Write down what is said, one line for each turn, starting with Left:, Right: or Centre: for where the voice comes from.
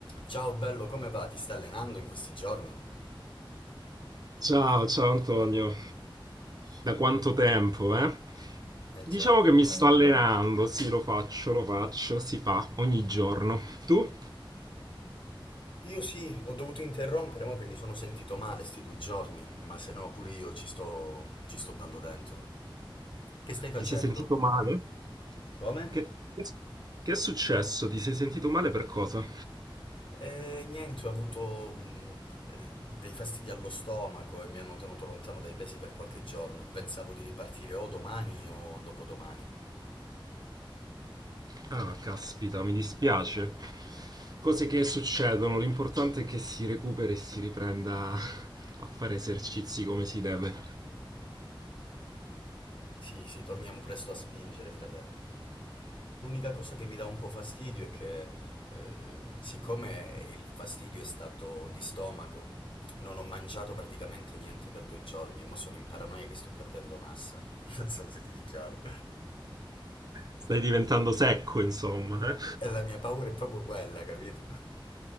Left: Ciao bello, come va? Ti stai allenando in questi giorni?
Right: Ciao, ciao Antonio, da quanto tempo, eh?
Left: Eh
Right: Diciamo
Left: già.
Right: che mi sto allenando, sì, lo faccio, lo faccio, si fa ogni giorno. Tu?
Left: Io sì, ho dovuto interrompere, mo che mi sono sentito male sti due giorni, ma se no pure io ci sto, ci sto dando dentro. Che stai facendo?
Right: Ti sei sentito male?
Left: Come?
Right: Che, che- che è successo? Ti sei sentito male per cosa?
Left: Eh, niente, ho avuto mh, eh, dei fastidi allo stomaco e mi hanno tenuto lontano dai pesi per qualche giorno. Pensavo di ripartire o domani o dopodomani.
Right: Ah, caspita, mi dispiace. Cose che succedono, l'importante è che si recuperi e si riprenda a fare esercizi come si deve.
Left: Sì, sì, torniamo presto a spingere, frate. L'unica cosa che mi dà un po' fastidio è che, eh, siccome il fastidio è stato di stomaco, non ho mangiato praticamente niente per due giorni e mo sono in paranoia che sto perdendo massa. <laughs> Non so se ti è chiaro.
Right: Stai diventando secco, insomma, eh?
Left: E la mia paura è proprio quella, capito?